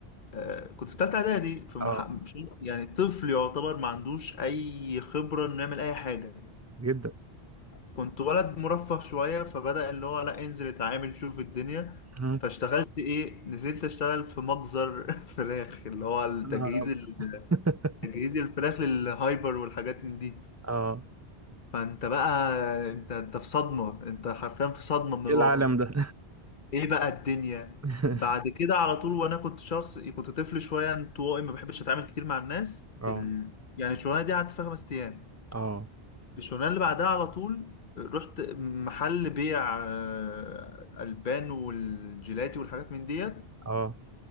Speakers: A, on the left; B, on the right.
A: آه، كنت في ثالثه اعدادي في مح...
B: اه
A: مش- يعني طفل يعتبر ما عندوش اي خبره انه يعمل اي حاجه
B: جدا
A: كنت ولد مرفه شوية فبدأ اللي هو لا انزل اتعامل شوف الدنيا
B: مم.
A: فاشتغلت ايه نزلت اشتغل في مجزر <laughs> فراخ اللي هو التجهيز
B: يا نهار أبيض.
A: ال-
B: <laughs>
A: تجهيز الفراخ للهايبر والحاجات من دي
B: اه
A: فانت بقى انت انت في صدمة انت حرفيا في صدمة من الواقع
B: ايه العالم ده
A: ايه بقى الدنيا
B: <laughs>
A: بعد كده على طول وانا كنت شخص كنت طفل شوية انطوائي ما بحبش اتعامل كتير مع الناس
B: اه
A: ال... يعني الشغلانة دي قعدت فيها خمس ايام
B: اه
A: الشغلانه اللي بعدها على طول رحت محل بيع آه، البان والجيلاتي والحاجات من ديت
B: اه